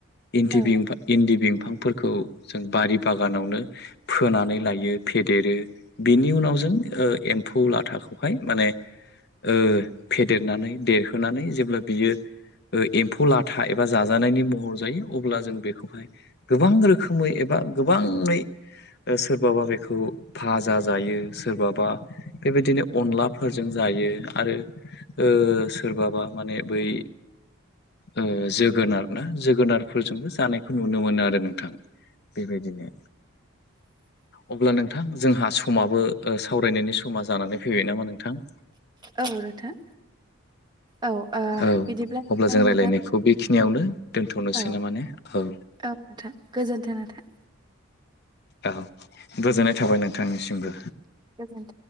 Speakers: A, on the left (about 50°); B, on the right (about 20°).
A: इनदि
B: औ
A: बिमफा इनदि बि फांफोरखौ जों बारि बागानावनो फोनानै लायो फेदेरो बिनि उनाव जों ओ एमफौ लाथाखौहाय माने ओ फेदेरनानै देरहोनानै जेब्ला बियो ओ एमफौ लाथा एबा जाजानायनि महर जायो अब्ला जों बेखौहाय गोबां रोखोमै एबा गोबाङै सोरबाबा बेखौ भाजा जायो सोरबाबा बेबायदिनो अनलाफोरजों जा आरो ओ सोरबाबा माने बै ओ जोगोनार ना जोगोनारफोरजोंबो जानायखौ नुनो मोनो आरो नोंथां बेबायदिनो
B: ।
A: अब्ला नोंथां जोंहा समाबो सावरायनायनि समा जानानै फैबाय नामा नोंथां
B: औ नोंथां औ ओ
A: औ
B: बिदिब्ला
A: अब्ला
B: आं
A: जों
B: नोंथां
A: रायलायनायखौ बेखिनियावनो दोनथनोसै
B: औ
A: नामा ने औ
B: औ नोंथां गोजोनथों नोंथां
A: औ गोजोननाय थाबाय नोंथांनिसिमबो
B: गोजोन्थों।